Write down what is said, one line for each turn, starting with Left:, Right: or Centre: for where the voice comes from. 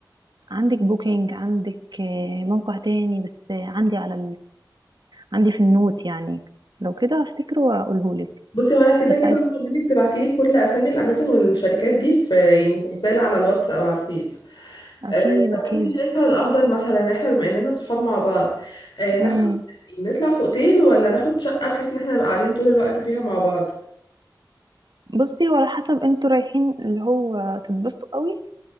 Right: عندك بوكينج عندك آه، موقع تاني بس آه، عندي على عندي في النوت يعني لو كده هفتكره واقوله لك
Left: بصي هو انا كده
Right: بس
Left: كده
Right: عايز
Left: هطلب منك تبعتي لي كل اسامي الاماكن والشركات دي في يعني في رساله على الواتس او على الفيس
Right: اكيد
Left: آه طب
Right: اكيد
Left: انت شايفه الافضل مثلا إن احنا بما اننا صحاب مع بعض آه ناخد
Right: امم
Left: يعني نطلع في اوتيل ولا ناخد شقه بحيث ان احنا نبقى قاعدين طول الوقت فيها مع بعض
Right: بصي هو على حسب انتوا رايحين اللي هو تتبسطوا قوي